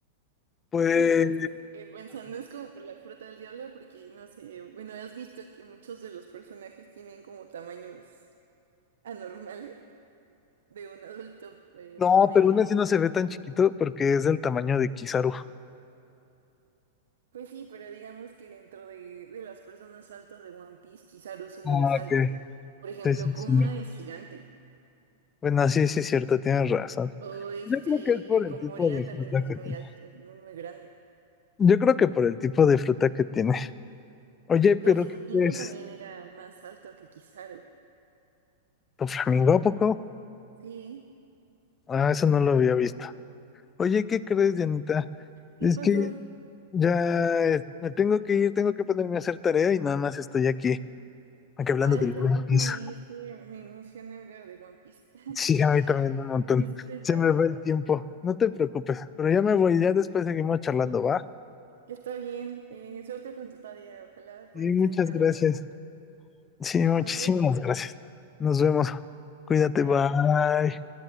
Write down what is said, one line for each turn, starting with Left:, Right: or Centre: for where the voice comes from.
Left: Pues
Right: Entonces, eh, pensando es como por la fruta del diablo, porque no sé, bueno, has visto que muchos de los personajes tienen como tamaños anormales de un adulto eh,
Left: no,
Right: promedio.
Left: pero aún así no se ve tan chiquito porque es del tamaño de Kizaru.
Right: Pues sí, pero digamos que dentro de, de las personas altas de One Piece, quizá solo
Left: Ah,
Right: es alto.
Left: ok.
Right: ¿no? Por ejemplo,
Left: Sí, sí,
Right: Kuma
Left: sí
Right: es gigante.
Left: Bueno, sí, sí, es cierto, tienes razón.
Right: O
Left: Yo
Right: este,
Left: creo que es por
Right: que Komoria
Left: el tipo de
Right: también
Left: fruta
Right: es
Left: que
Right: muy
Left: tiene.
Right: alto, muy, muy grande.
Left: Yo creo que por el tipo de fruta que tiene. Oye, pero
Right: Doflamingo
Left: ¿qué crees?
Right: también era más alto que Kizaru.
Left: ¿Tu flamingo a poco?
Right: Sí.
Left: Ah, eso no lo había visto. Oye, ¿qué crees, Dianita?
Right: ¿Qué
Left: Es
Right: pasó?
Left: que ya eh, me tengo que ir, tengo que ponerme a hacer tarea y nada más estoy aquí, aquí hablando
Right: Ay,
Left: del
Right: perdóname,
Left: Greenpeace.
Right: es que me emociona hablar de One Piece. <laughs>
Left: Sí, a mí también un montón.
Right: Disculpa.
Left: Se me va el tiempo. No te preocupes, pero ya me voy, ya después seguimos charlando, ¿va?
Right: Está bien. eh, suerte con tu tarea. Ojalá puedas
Left: Sí, muchas
Right: terminarla.
Left: gracias. Sí, muchísimas
Right: Nos vemos.
Left: gracias. Nos vemos. Cuídate,
Right: Bye.
Left: bye.